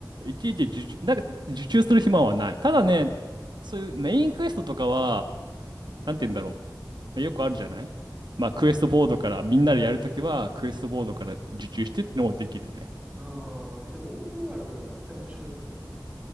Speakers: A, on the right; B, on the right.
A: いちいち受注、なんか受注する暇はない。ただね、そういうメインクエストとかは、なんて言うんだろう。よくあるじゃないまあクエストボードから、みんなでやるときはクエストボードから受注してってのもできるね。
B: うーん。え、でもオープンワールドの方が絶対面白いですよね。